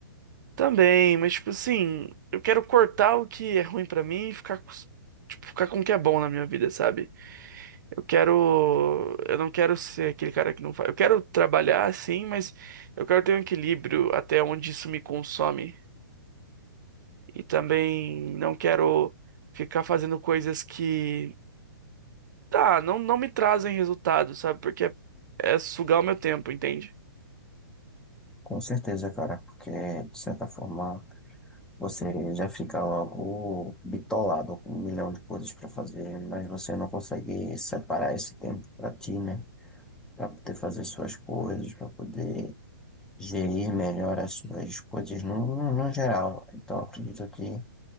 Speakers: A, on the right (about 55°); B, in the centre.
A: Também, mas tipo assim, eu quero cortar o que é ruim pra mim e ficar, com os- tipo, ficar com o que é bom na minha vida, sabe? Eu quero, eu não quero ser aquele cara que não faz. Eu quero trabalhar sim, mas eu quero ter um equilíbrio até onde isso me consome. E também não quero ficar fazendo coisas que, tá, não, não me trazem resultado, sabe? Porque é, é sugar o meu tempo, entende?
B: Com certeza, cara, porque de certa forma você já fica logo bitolado com um milhão de coisas pra fazer, mas você não consegue separar esse tempo pra ti, né? Pra poder fazer suas coisas, pra poder gerir melhor as suas coisas no, no geral. Então, eu acredito que.